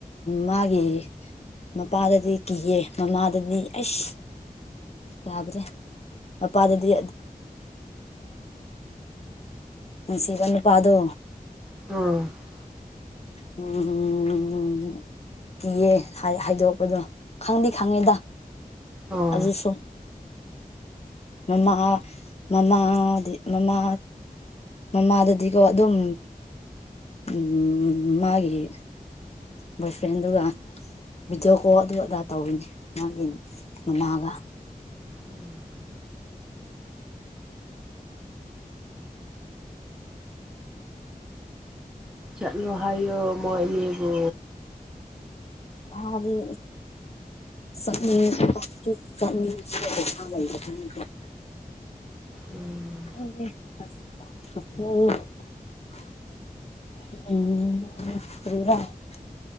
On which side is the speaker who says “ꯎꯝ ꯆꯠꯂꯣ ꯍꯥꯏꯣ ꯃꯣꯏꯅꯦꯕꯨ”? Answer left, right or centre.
Centre